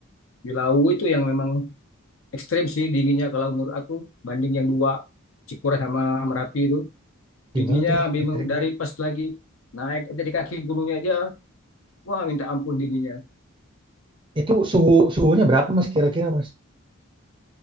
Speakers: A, on the left; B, on the right.
A: Di Lawu itu yang memang ekstrim sih dinginnya kalau menurut aku banding yang dua Cikure sama Merapi itu
B: Gimana
A: dinginnya
B: tuh mas
A: memang
B: ekstrimnya?
A: dari pas lagi naik aja di kaki gunungnya aja. Wah minta ampun dinginnya.
B: Itu suhu suhunya berapa mas kira-kira mas?